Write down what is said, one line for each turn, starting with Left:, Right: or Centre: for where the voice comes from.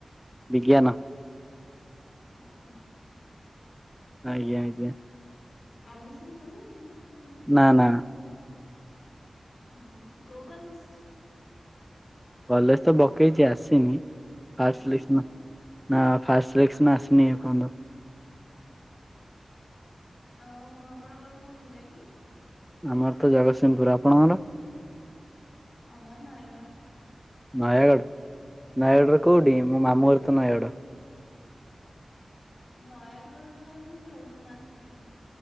Centre: ବିଜ୍ଞାନ
Left: ଆଚ୍ଛା
Centre: ଆଜ୍ଞା ଆଜ୍ଞା।
Left: ଆଡମିସନ ସରଲାଣି ନା ହେଇନି।
Centre: ନା ନା।
Left: ହୁଁ କୋଉ କଲେଜ୍?
Centre: କଲେଜ ତ ପକେଇଚି ଆସିନି ଫାଷ୍ଟ
Left: ଆସିନି?
Centre: ସିଲେକ୍ସନ। ନା ଫାଷ୍ଟ ସିଲେସ୍କନ ଆସିନେଇ ଏପର୍ଯ୍ୟନ୍ତ।
Left: ଓହୋ ଆପଣଙ୍କର କୋଉ ଜିଲ୍ଲା କି?
Centre: ଆମର ତ ଜଗତସିଂହପୁର ଆପଣଙ୍କର?
Left: ଆମର ନୟାଗଡ଼।
Centre: ନୟାଗଡ଼ ନୟାଗଡ଼ର କୋଉଠି
Left: ହଁ।
Centre: ମୋ ମାମୁଁଘର ତ ନୟାଗଡ଼।
Left: ନୟାଗଡ଼ରେ ଆମେ ହିଁ ରହୁଚୁ ମାର୍କେଟରେ।